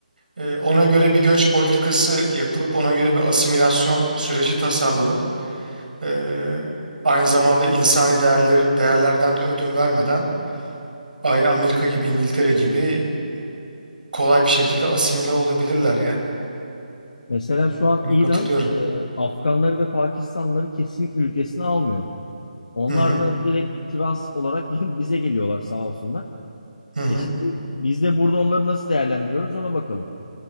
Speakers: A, on the right; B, on the left.
A: E, ona göre bir göç politikası yapılıp ona göre bir asimilasyon süreci tasarlanıp Ee, aynı zamanda insani değerleri, değerlerden de ödün vermeden aynı Amerika gibi İngiltere gibi kolay bir şekilde asimile olabilirler yani.
B: Mesela şu an
A: Buna
B: İran
A: katılıyorum.
B: e, Afganları ve Pakistanlıları kesin ülkesine almıyor. Onlar
A: Hı hı
B: da direkt trans olarak <laughs> bize geliyorlar sağ olsunlar.
A: hı hı
B: E şimdi biz de burada onları nasıl değerlendiriyoruz ona bakalım.